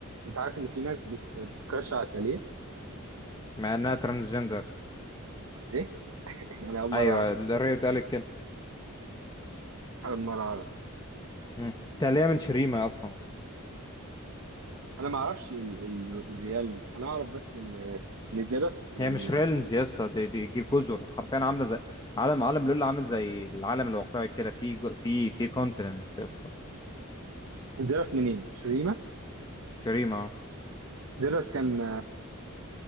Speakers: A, on the right (about 80°); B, on the left (about 20°).
A: انت عارف ان في ناس بت... بتكرش على تالية؟
B: مع إنها ترانسجندر
A: ايه؟ <laughs> انا اول مره
B: أيوة
A: اعرف
B: الريت اتقالت كده
A: اول مره اعرف
B: مم. تالية من شريمة أصلا
A: انا ما اعرفش ال... ال... الريالز انا اعرف بس ان ان زيروس من
B: هي مش ريلمز يا اسطى دي دي دي جزر حرفيا عامله زي عالم عالم لول عامل زي العالم الواقعي كده في جو- في في كونتيننتس يا اسطى
A: زيروس منين؟ شريمه؟
B: شريمه
A: زيروس كان